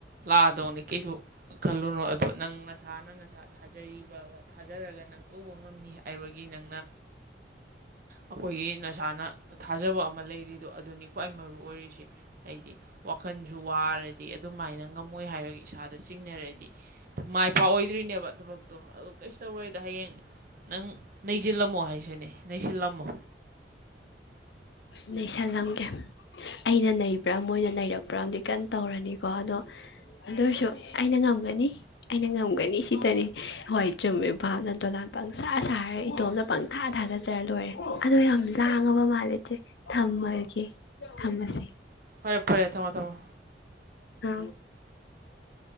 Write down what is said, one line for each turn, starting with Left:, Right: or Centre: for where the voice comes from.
Right: ꯂꯥꯛꯑꯗꯧꯅꯤ ꯀꯩꯁꯨ ꯈꯜꯂꯨꯅꯨ ꯑꯗꯣ ꯅꯪ ꯅꯁꯥ ꯅꯪ ꯅꯁꯥ ꯊꯥꯖꯔꯤꯕ ꯊꯥꯖꯔꯒ ꯅꯪ ꯇꯧꯕ ꯉꯝꯅꯤ ꯍꯥꯏꯕꯒꯤ ꯅꯪꯅ ꯑꯩꯈꯣꯏꯒꯤ ꯅꯁꯥꯅ ꯊꯥꯖꯕ ꯑꯃ ꯑꯃ ꯂꯩꯔꯤꯗꯣ ꯑꯗꯨꯅꯤ ꯈ꯭ꯋꯥꯏ ꯃꯔꯨ ꯑꯣꯏꯔꯤꯁꯦ ꯍꯥꯏꯗꯤ ꯋꯥꯈꯜꯁꯨ ꯋꯥꯔꯗꯤ ꯑꯗꯨꯃꯥꯏꯅ ꯉꯝꯃꯣꯏ ꯍꯥꯏꯔꯒ ꯏꯁꯥꯗ ꯆꯤꯡꯅꯔꯗꯤ ꯃꯥꯏ ꯄꯥꯛꯑꯣꯏꯗ꯭ꯔꯤꯅꯦꯕ ꯊꯕꯛꯇꯣ ꯑꯗꯨꯗ ꯀꯩꯁꯨ ꯇꯧꯔꯣꯏꯗ ꯍꯌꯦꯡ ꯅꯪ ꯅꯩꯁꯤꯜꯂꯝꯃꯣ ꯍꯥꯏꯁꯤꯅꯦ ꯅꯩꯁꯤꯜꯂꯝꯃꯣ
Left: ꯅꯩꯁꯟꯂꯝꯒꯦ ꯑꯩꯅ ꯅꯩꯕ꯭ꯔꯥ ꯃꯣꯏꯅ ꯅꯩꯔꯛꯄ꯭ꯔꯥ ꯑꯃꯗꯤ ꯀꯟꯅ ꯇꯧꯔꯅꯤꯀꯣ ꯑꯗꯣ ꯑꯗꯨ ꯑꯣꯏꯔꯁꯨ ꯑꯩꯅ ꯉꯝꯒꯅꯤ ꯑꯩꯅ ꯉꯝꯒꯅꯤ ꯁꯤꯗꯅꯦ ꯍꯣꯏ ꯆꯨꯝꯃꯤꯚꯥꯞꯅ ꯗꯣꯂꯥꯟ ꯄꯪꯁꯥ ꯁꯥꯔꯦ ꯏꯇꯣꯝꯅ ꯄ ꯈꯥ ꯊꯉꯒ ꯆꯥꯏꯜꯂꯣꯔ ꯑꯗꯣ ꯌꯥꯝ ꯂꯥꯡꯉꯕ ꯃꯥꯜꯂꯦ ꯏꯆꯦ ꯊꯝꯃꯒꯦ ꯊꯝꯃꯁꯦ
Right: ꯐꯔꯦ ꯐꯔꯦ ꯊꯝꯃꯣ ꯊꯝꯃꯣ
Left: ꯀ